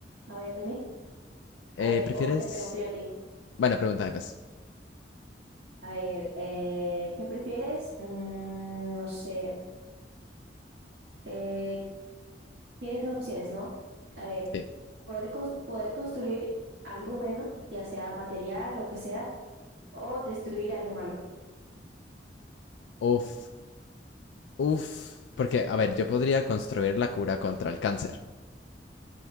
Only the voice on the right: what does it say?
A ver, dime.
A ver,
o te pregunto yo a ti.
A ver, eh, ¿qué prefieres? Mm, no sé. Eh, tienes dos opciones, ¿no? A ver,
poder, cons- poder construir algo bueno, ya sea material, lo que sea, o destruir algo malo.